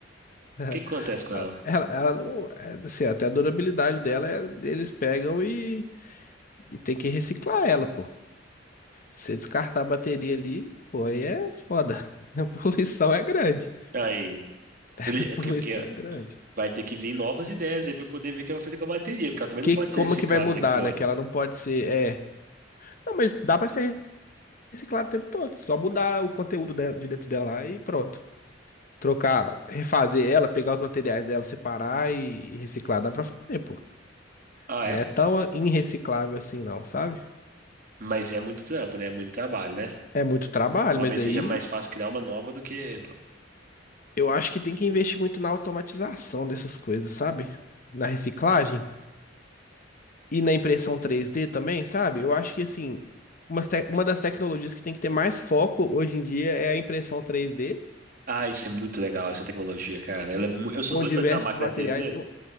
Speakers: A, on the left; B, on the right.
A: <laughs>
B: que que acontece com
A: A-
B: ela?
A: Ela, ela não, é, assim, até a durabilidade dela, é- eles pegam e, e tem que reciclar ela, pô. Se você descartar a bateria ali, pô, aí é foda. <laughs> A poluição é grande.
B: Aí,
A: A
B: ele- é
A: poluição
B: porque, porque
A: é grande.
B: vai ter que vir novas ideias aí pra eu poder ver o que vai fazer com a bateria, porque ela também
A: Que,
B: não pode
A: como
B: ser reciclada
A: que vai mudar,
B: o tempo todo.
A: né? Que ela não pode ser. É. Não, mas dá pra ser reciclado o tempo todo. Só mudar o conteúdo dela, de dentro dela lá e pronto. Trocar, refazer ela, pegar os materiais dela, separar e, e reciclar. Dá pra fazer, pô.
B: Ah,
A: Não
B: é?
A: é tão irreciclável assim, não, sabe?
B: Mas é muito trampo, né? É muito trabalho, né?
A: É muito trabalho,
B: Talvez
A: mas aí
B: seja mais fácil criar uma nova do que.
A: eu acho que tem que investir muito na automatização dessas coisas, sabe? Na reciclagem. E na impressão 3D também, sabe? Eu acho que, assim, umas te- uma das tecnologias que tem que ter mais foco hoje em dia é a impressão 3D,
B: Ah, isso é muito legal, essa tecnologia, cara. Ela é mu- Eu sou
A: com
B: doido
A: diversos
B: pra ter uma máquina
A: materiais.
B: 3D,
A: Eu,